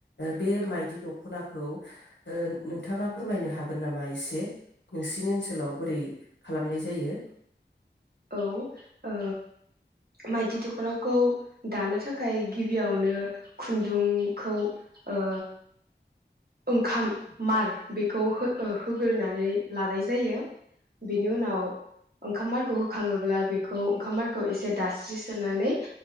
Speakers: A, on the left; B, on the right.
A: बे
B: औ
A: मायदि दख'ना खौ ओ नोंथाङा फोरमायनो हागोन नामा एसे नोंसिनि ओनसोलाव बोरै खालामनाय जायो
B: औ ओ माइदि दख'नाखौ दानो थाखाय गिबियावनो खुन्दुंखौ ओ ओंखाम मार बेखौ हो होग्रोनानै लानाय जायो बेनि उनाव ओंखाम मारखौ होखाङोब्ला बेखौ ओंखाम मारखौ एसे दास्रिसोनानै